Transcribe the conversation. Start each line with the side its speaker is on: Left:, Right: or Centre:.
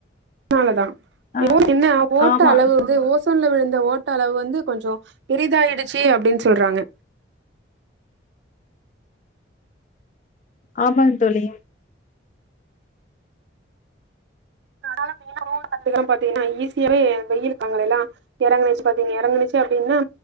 Right: னாலதா
Left: அ
Right: உ என்ன ஓட்ட
Left: ஆமா.
Right: அளவு வந்து ஓஸ் சோன்ல விழுந்த ஓட்ட அளவு வந்து கொஞ்சொ பெரிதாயிடுச்சி அப்டின் சொல்றாங்க
Left: ஆமாங் தோழி
Right: கத்துக்கலாம் பாத்திங்கனா ஈஸியாவே வெயிலுக்காங்கலைல்லா இறங்கனுச்சி பாத்திங்க இறங்கனிச்சி அப்டின்னா